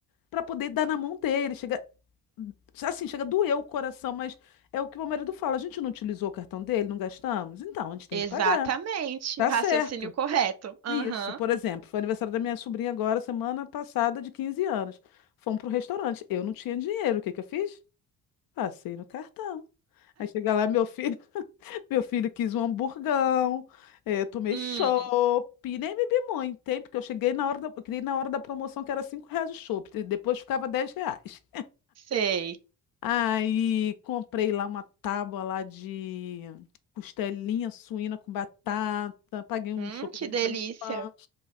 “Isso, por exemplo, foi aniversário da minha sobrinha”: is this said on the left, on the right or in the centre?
Left